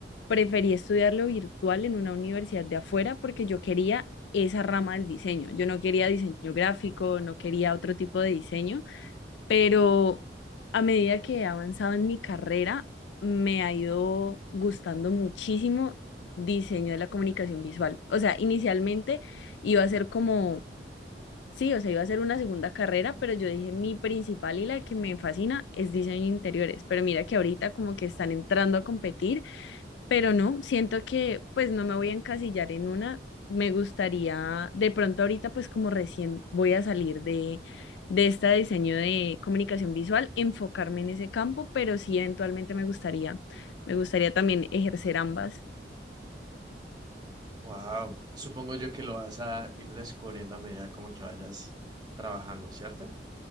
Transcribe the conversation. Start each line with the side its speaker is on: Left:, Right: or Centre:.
Left: preferí estudiarlo virtual en una universidad de afuera porque yo quería esa rama del diseño. Yo no quería diseño gráfico, no quería otro tipo de diseño pero a medida que he avanzado en mi carrera, me ha ido gustando muchísimo diseño de la comunicación visual. O sea, inicialmente iba a ser como, sí, o sea, iba a ser una segunda carrera, pero yo dije, mi principal y la que me fascina es diseño de interiores. Pero mira que ahorita como que están entrando a competir pero no, siento que pues no me voy a encasillar en una. Me gustaría, de pronto ahorita pues como recién voy a salir de, de este diseño de comunicación visual, enfocarme en ese campo, pero sí eventualmente me gustaría, me gustaría también ejercer ambas.
Right: Wow, supongo yo que lo vas a ir descubriendo a medida como que vayas trabajando, ¿cierto?